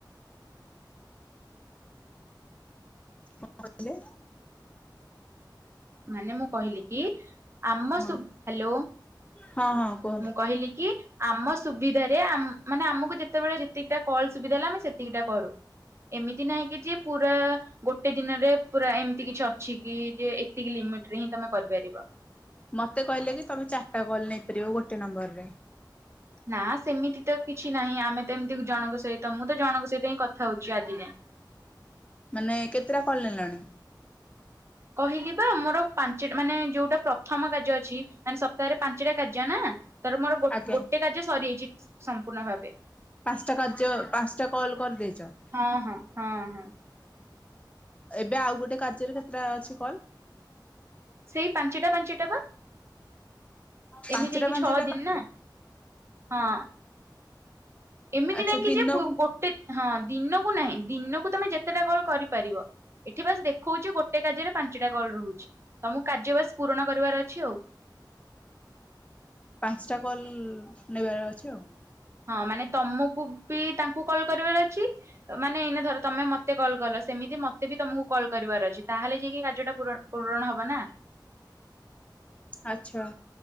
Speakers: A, on the left; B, on the right.
A: କଣ କହିଲେ?
B: ମାନେ ମୁଁ କହିଲି କି ଆମ
A: ହଁ
B: ସୁ ହ୍ୟାଲୋ।
A: ହଁ ହଁ କୁହ
B: ମୁଁ କହିଲି କି ଆମ ସୁବିଧାରେ ଆମ୍ ମାନେ ଆମକୁ ଯେତେବେଳେ ଯେତିକିଟା କଲ୍ ସୁବିଧା ହେଲା ଆମେ ସେତିକିଟା କରୁ। ଏମିତି କାହିଁକି ଯେ ପୁରା ଗୋଟେ ଦିନରେ ପୁରା ଏମିତି କିଛି ଅଛିକି ଯେ ଏ ଏତିକି ଲିମିଟିରେ ହିଁ ତମେ କରିପାରିବ।
A: ମତେ କହିଲେ କି ତମେ ଚାରିଟା କଲ୍ ନେଇପାରିବ ଗୋଟେ ନମ୍ବରରେ।
B: ନା ସେମିତି ତ କିଛି ନାହିଁ ଆମେ ତ ଏମିତି ଜଣଙ୍କ ସହିତ ମୁଁ ତ ଜଣଙ୍କ ସହିତ ହିଁ କଥା ହଉଚି ଆଜି ଯାଏଁ।
A: ମାନେ କେତେଟା କଲ୍ ନେଲଣି?
B: କହିଲି ବା ମୋର ପାଞ୍ଚଟା ମାନେ ଯୋଉଟା ପ୍ରଥମ କାର୍ଯ୍ୟ ଅଛି ମାନେ ସପ୍ତାହରେ ପାଞ୍ଚଟା କାର୍ଯ୍ୟ ନା। ତାର ମୋର ଗୋ
A: ଆଜ୍ଞା
B: ଗୋଟେ କାର୍ଯ୍ୟ ସରିଯଇଛି ସମ୍ପୂର୍ଣ୍ଣ ଭାବେ।
A: ପାଞ୍ଚଟା କାର୍ଯ୍ୟ ପାଞ୍ଚଟା କଲ୍ କରିଦେଇଚ?
B: ହଁ ହଁ ହଁ ହଁ।
A: ଏବେ ଆଉ ଗୋଟେ କାର୍ଯ୍ୟରେ କେତେଟା ଅଛି କଲ୍।
B: ସେଇ ପାଞ୍ଚଟା ପାଞ୍ଚଟା ବା
A: ପାଞ୍ଚଟା
B: ଏମିତି ହେଇକି
A: ପାଞ୍ଚଟା
B: ଛଅ ଦିନି
A: କାର୍ଯ୍ୟ
B: ନା। ହଁ। ଏମିତି
A: ଆଚ୍ଛା
B: ନାଇଁକି
A: ଦିନକୁ
B: ଯେ ପୁ ଗୋଟେ ହଁ ଦିନକୁ ନାହିଁ ଦିନକୁ ତମେ ଯେତେଟା କଲ୍ କରିପାରିବ। ଏଠି ବାସ୍ ଦେଖୋଉଚି ଗୋଟେ କାର୍ଯ୍ୟରେ ପାଞ୍ଚଟା କଲ୍ ରହୁଚି ତମକୁ କାର୍ଯ୍ୟ ବାସ୍ ପୂରଣ କରିବାର ଅଛି ଆଉ।
A: ପାଞ୍ଚଟା କଲ୍ ନେବାର ଅଛି ଆଉ।
B: ହଁ ମାନେ ତମକୁ ବି ତାଙ୍କୁ କଲ୍ କରିବାର ଅଛି। ମାନେ ଏଇନା ଧର ତମେ ମତେ କଲ୍ କଲ ସେମିତି ମତେ ବି ତମକୁ କଲ୍ କରିବାର ଅଛି ତାହେଲେ ଯାଇକି କାର୍ଯ୍ୟଟା ପୂରଣ ପୂରଣ ହବ ନା।
A: ଆଚ୍ଛା।